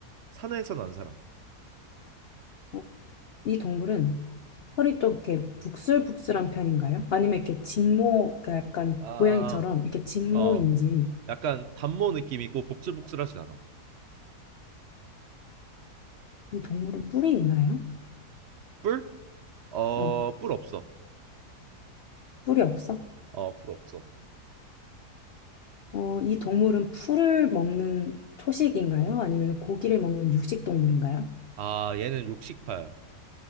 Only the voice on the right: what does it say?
산에서는 안 살아.
아, 아,
아. 어, 약간 단모 느낌이고 복슬복슬하진 않아.
뿔? 어,
뿔 없어.
어, 뿔 없어.
아, 얘는 육식파야.